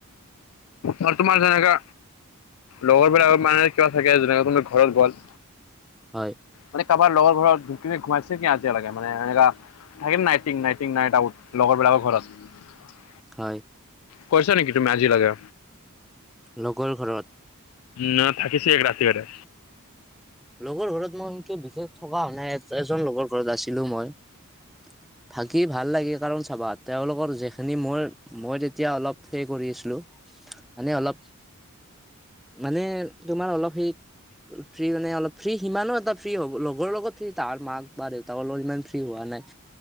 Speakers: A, on the left; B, in the centre.
A: আৰু তোমাৰ যেনেকা লগৰ বিলাকত মানে কিবা থাকে যেনেকে কোনোবা ঘৰত গ'ল।
B: হয়।
A: মানে কাৰোবাৰ লগৰ ঘৰত তু তুমি ঘোমাইছে কি আজিলৈকে মানে এনেকা থাকিম নাই টিং নাই টিং নাই দাউট লগৰ বিলাকৰ ঘৰত।
B: হয়।
A: কৈছা নেকি তুমি আজিলৈকে?
B: লগৰ ঘৰত?
A: ন' থাকিছি এক ৰাতি বাৰে।
B: লগৰ ঘৰত মই সেনকে বিশেষ থকা হোৱা নাই। এজন লগৰ ঘৰত আছিলো মই। <unintelligible> থাকি ভাল লাগে কাৰণ চাবা, তেওঁলোকৰ যিখিনি মই, মই তেতিয়া অলপ সেই কৰি আছিলোঁ মানে অলপ, মানে তোমাৰ অলপ সেই ফ্ৰী মানে অলপ ফ্ৰী, সিমানো এটা ফ্ৰী হ'ব লগৰ লগত ফ্ৰী। তাৰ মাক বা দেউতাকৰ লগত ইমান ফ্ৰী হোৱা নাই।